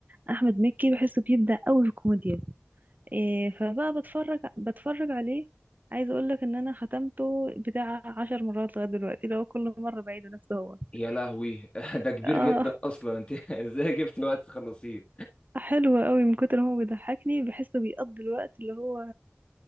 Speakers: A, on the right; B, on the left.
A: احمد مكي بحسه بيبدع قوي في الكوميديا آه فبقى بتفرج بتفرج عليه عايزه اقول لك ان انا ختمته بتاع عشر مرات لغايه دلوقتي لو كل مره بعيده نفسه هو
B: يا لهوي <laughs> ده كبير
A: اه
B: جدا اصلا انت <laughs> ازاي جبت وقت تخلصيه
A: حلو قوي من كتر ما هو بيضحكني بحسه بيقضي الوقت اللي هو